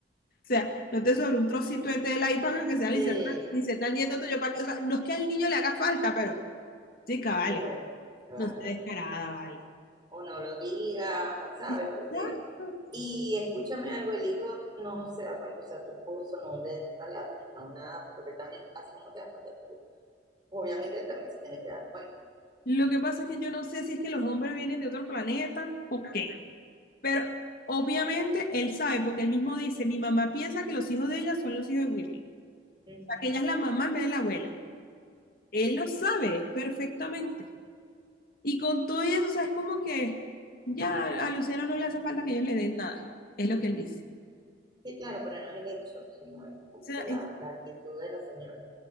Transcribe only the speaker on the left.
O sea, no te sobró un trocito de tela ahí para que sea le
hicieron una camiseta al nieto tuyo, para que, o sea, no es que al niño le haga falta, pero, chica, vale,
no sé, descarada, vale.
Exacto.
Lo que pasa es que yo no sé si es que los hombres vienen de otro planeta o qué. Pero obviamente él sabe, porque él mismo dice, mi mamá piensa que los hijos de ella son los hijos de Whitney.
O sea, que ella es la mamá en vez de la abuela. Él lo sabe perfectamente. Y con todo eso, o sea, es como que ya a Luciano no le hace falta que ellos le den nada. Es lo que él dice.
O sea,
es